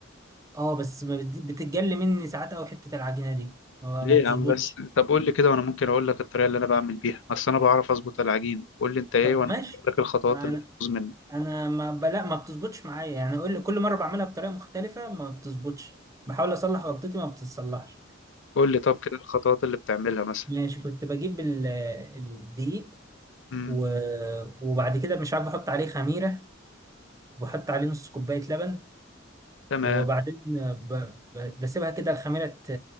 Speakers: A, on the right; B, on the left.
A: اه بس ما بت- بتتجلي مني ساعات قوي حتة العجينة دي ما
B: ليه
A: ما بتظبطش
B: يا عم بس طب قول لي كده وانا ممكن اقول لك الطريقه اللي انا بعمل بيها اصل انا بعرف اظبط العجين قول لي انت ايه
A: طب
B: وانا
A: ماشي
B: ممكن اقول لك الخطوات
A: انا
B: اللي بتبوظ منك
A: انا ما ب- لا ما بتظبطش معايا يعني كل كل مره بعملها بطريقه مختلفه ما بتظبطش بحاول اصلح غلطتي ما بتتصلحش
B: قول لي طب كده الخطوات اللي بتعملها مثلا
A: فماشي كنت بجيب ال- الدقيق
B: امم
A: و... وبعد كده مش عارف بحط عليه خميره وبحط عليه نص كوبايه لبن
B: تمام
A: وبعدين ب... ب- بسيبها كده الخميره ت...